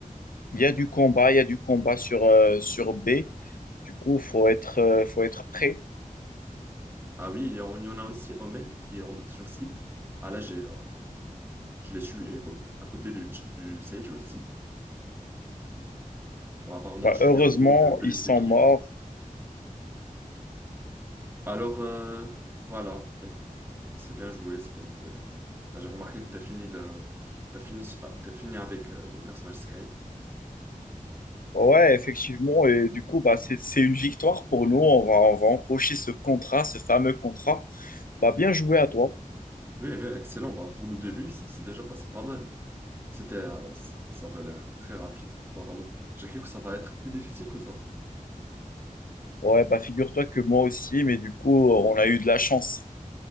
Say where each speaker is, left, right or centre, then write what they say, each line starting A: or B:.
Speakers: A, on the left (about 80°); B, on the right (about 15°).
A: Il y a du combat, il y a du combat sur, euh, sur B. Du coup, faut être, euh, faut être prêt.
B: Ah oui, il y en il y en a aussi Omen qui est en- sur site. Ah là, j'ai, euh, je l'ai tué euh, à côté du, du Sage aussi. Bah, apparemment,
A: Bah,
B: je
A: heureusement,
B: suis en haut de, de
A: ils
B: liste
A: sont
B: des kills.
A: morts.
B: Alors, euh, voilà. C'est bien joué, c'est bien joué. Là, j'ai remarqué que tu as fini le, t'as fini, ah, t'as fini avec euh, le personnage Sky.
A: Ouais, effectivement. Et du coup, bah, c'est, c'est une victoire pour nous. On va, on va empocher ce contrat, ce fameux contrat. Bah, bien joué à toi.
B: Oui, oui, excellent. Bah, pour le début, c- c'est déjà passé pas mal. C'était, euh, c- ça avait l'air très rapide, apparemment. J'ai cru que ça va être plus difficile que ça.
A: Ouais, bah, figure-toi que moi aussi, mais du coup, on a eu de la chance.